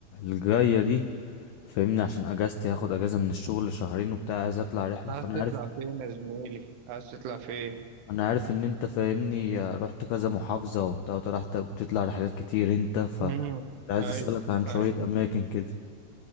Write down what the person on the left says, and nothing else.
الجايه دي فاهمني عشان اجازتي هاخد اجازه من الشغل شهرين وبتاع عايز اطلع رحله
فانا
عارف
انا عارف ان انت فاهمني رحت كذا محافظه وبتاع رحت بتطلع رحلات كتير انت فعايز
اسالك عن شويه
اماكن كده